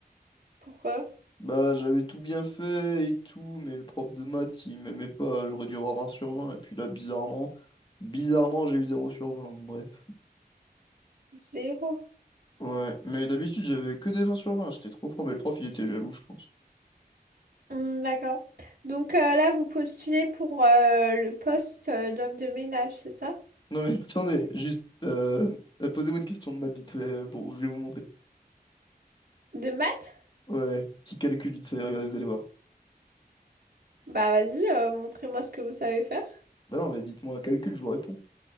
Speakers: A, on the right; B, on the left.
A: Pourquoi?
B: Bah, j'avais tout bien fait et tout, mais le prof de maths, il m'aimait pas, j'aurais dû avoir 20 sur 20 et puis là, bizarrement, bizarrement, j'ai eu zéro sur vingt bon, bref.
A: Zéro.
B: Ouais, mais d'habitude, j'avais que des 20 sur vingt j'étais trop fort, mais le prof, il était jaloux, je pense.
A: Hmm, d'accord. Donc euh, là, vous postulez pour euh, le poste euh, d'homme de ménage, c'est ça?
B: Non mais, <laughs> attendez, juste, euh, euh, posez-moi une question de maths vite fait, euh, bon, je vais vous montrer.
A: De maths?
B: Ouais, petit calcul vite fait, regardez, vous allez voir.
A: Bah vas-y, euh, montrez-moi ce que vous savez faire.
B: Bah non, mais dites-moi un calcul, je vous réponds.